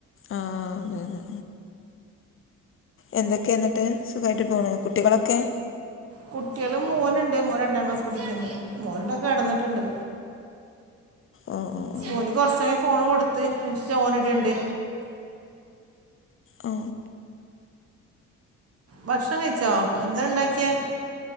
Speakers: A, on the left; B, on the right.
A: ആഹ് അതെ എന്തൊക്കെ ന്നട്ട് സുഖമായിട്ട് പോണു കുട്ടികളൊക്കെ
B: കുട്ടിയള് മോനുണ്ട് മോ രണ്ടാം ക്ലാസ് പഠിക്കുന്നു മോന് പ്പ കെടന്നിട്ടുണ്ട്
A: ഓ ഓ ഓ
B: ഓന് കൊർച്ചേരം ഫോണ് കൊടുത്ത് എ ജോൻ ഇട്ണ്ട്
A: ഓ
B: ഭക്ഷണം കഴിച്ചോ എന്താ ഉണ്ടാക്കിയെ